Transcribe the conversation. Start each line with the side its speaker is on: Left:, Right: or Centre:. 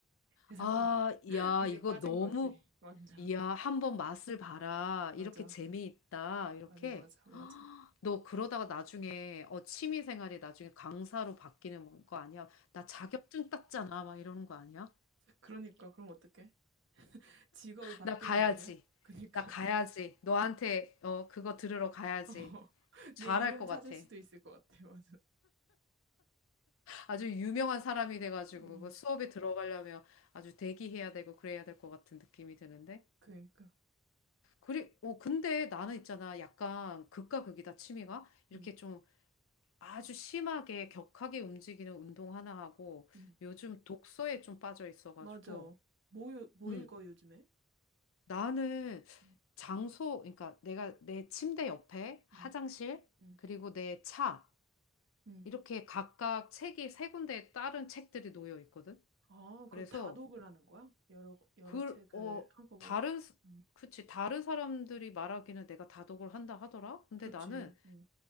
Right: 그래서
Left: 아,
Right: <laughs>
Left: 야,
Right: 거기에
Left: 이거
Right: 빠진
Left: 너무,
Right: 거지. 완전.
Left: 이야, 한번 맛을 봐라.
Right: 맞아.
Left: 이렇게 재미있다. 이렇게.
Right: 맞아, 맞아, 맞아.
Left: 헉, 너 그러다가 나중에 어, 취미 생활이 나중에 강사로 바뀌는 거 아니야? 나 자격증 땄잖아. 막 이러는 거 아니야?
Right: 그러니까, 그럼 어떡해? 직업이 바뀌는
Left: 나 가야지.
Right: 거 아니야? 그니까.
Left: 나 가야지. 너한테 어, 그거 들으러 가야지.
Right: <laughs> 어,
Left: 잘할
Right: 내 이름
Left: 것
Right: 찾을
Left: 같아.
Right: 수도 있을 것 같아, 맞아.
Left: 아주 유명한 사람이 돼가지고
Right: 음,
Left: 그 수업에 들어가려면 아주 대기해야 되고 그래야 될 것 같은 느낌이 드는데.
Right: 그니까.
Left: 그리, 어, 근데 나는 있잖아. 약간 극과 극이다, 취미가. 이렇게
Right: 음,
Left: 좀 아주 심하게 격하게 움직이는 운동 하나 하고
Right: 음.
Left: 요즘 독서에 좀 빠져 있어가지고
Right: 맞아. 뭐, 요- 뭐
Left: 음,
Right: 읽어, 요즘에?
Left: 나는
Right: 음,
Left: 장소 그러니까 내가 내 침대 옆에 화장실
Right: 음, 음,
Left: 그리고 내 차
Right: 음.
Left: 이렇게 각각 책이 세 군데에 다른 책들이 놓여 있거든.
Right: 아,
Left: 그래서
Right: 그럼 다독을 하는 거야? 여러, 여러
Left: 그
Right: 책을
Left: 어
Right: 한꺼번에.
Left: 다른 스-
Right: 음,
Left: 그치 다른 사람들이 말하기는 내가 다독을 한다 하더라. 근데
Right: 그치.
Left: 나는
Right: 음,